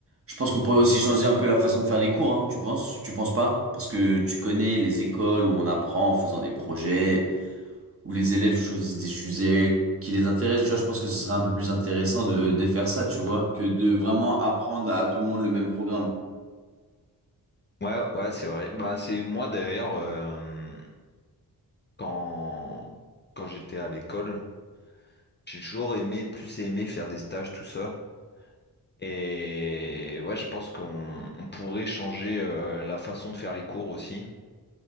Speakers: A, on the right; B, on the left.
A: Je pense qu'on pourrait aussi changer un peu la façon de faire les cours, hein, tu penses? Tu penses pas? Parce que tu connais les écoles où on apprend en faisant des projets. où les élèves choisissent des sujets qui les intéressent, tu vois, je pense que ce serait un peu plus intéressant de, de faire ça, tu vois, que de vraiment apprendre à tout le monde le même programme.
B: Ouais, ouais, c'est vrai. Bah, c'est moi d'ailleurs, euh, quand, quand j'étais à l'école, j'ai toujours aimé, plus aimé faire des stages, tout ça. Et ouais, je pense qu'on on pourrait changer euh, la façon de faire les cours aussi.